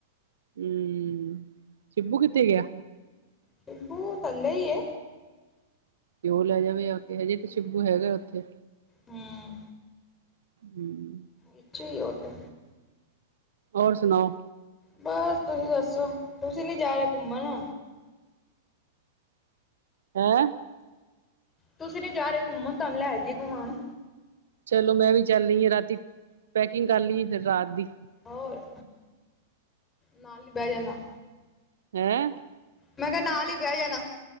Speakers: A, on the right; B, on the left.
A: ਹਮ, ਸ਼ਬੂ ਕਿੱਥੇ ਗਿਆ
B: ਸਿਬੂ ਇਕੱਲਾ ਏ
A: ਤੇ ਉਹ ਲੈ ਜਾਵੇ ਆ ਕੇ, ਹਜੇ ਤੇ ਸ਼ਿਬੂ ਹੈਗਾ ਉੱਥੇ
B: ਹਮ
A: ਹਮ
B: ਇਛੇ ਹੀ ਉਹਦੇ
A: ਹੋਰ ਸੁਣਾਓ
B: ਬਸ ਤੁਸੀਂ ਦੱਸੋ ਤੁਸੀਂ ਨੀ ਜਾ ਰਹੇ ਘੁੰਮਣ
A: ਹੈਂ
B: ਤੁਸੀਂ ਨੀ ਜਾ ਰਹੇ ਘੁੰਮਣ, ਤੁਹਾਨੂੰ ਲੈ ਜਾਈਏ ਘੁਮਾਣ
A: ਚਲੋ ਮੈਂ ਵੀ ਚੱਲ ਰਹੀ ਹਾਂ ਰਾਤੀ, ਪੈਕਿੰਗ ਕਰ ਲਈ ਫਿਰ ਰਾਤ ਦੀ
B: ਹੋਰ, ਨਾਲ ਹੀ ਬਹਿ ਜਾਣਾ
A: ਹੈਂ
B: ਮੈਂ ਕਿਹਾ ਨਾਲ ਹੀ ਬਹਿ ਜਾਣਾ